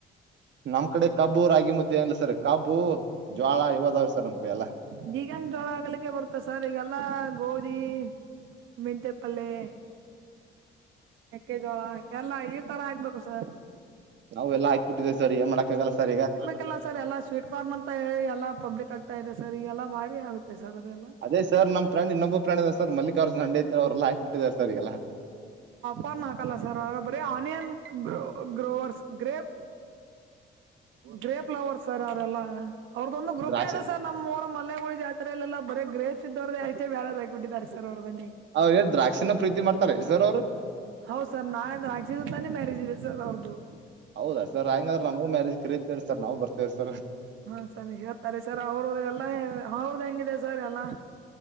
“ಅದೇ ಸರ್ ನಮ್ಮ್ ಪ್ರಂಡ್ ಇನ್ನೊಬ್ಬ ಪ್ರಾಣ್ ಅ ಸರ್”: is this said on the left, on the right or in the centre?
Right